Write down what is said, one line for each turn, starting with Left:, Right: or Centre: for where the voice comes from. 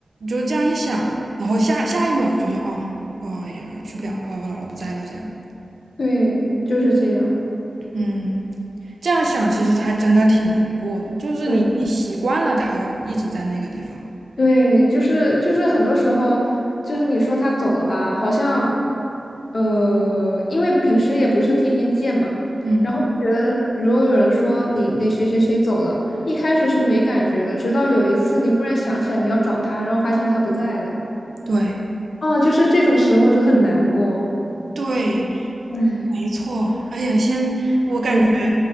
Right: 就这样一想，然后下下一秒就就想，哦哦哎呀，去不了啊，哦我姥姥不在了这样，
Left: 对，就是这样。
Right: 嗯，这样想其实还真的挺难过的，就是你习惯了他一直在那个地方，
Left: 对对，就是就是很多时候，就是你说他走了吧，好像，呃，因为平时也不是天天见嘛，
Right: 嗯，
Left: 然后就觉得如果有人说你那谁谁谁走了，一开始是没感觉的，直到有一次你忽然想起来你要找他，然后发现他不在了。
Right: 对
Left: 哦，就是这种时候就很难过。
Right: 对，
Left: 唉，
Right: 没错，哎呀，先，我感觉
Left: 嗯，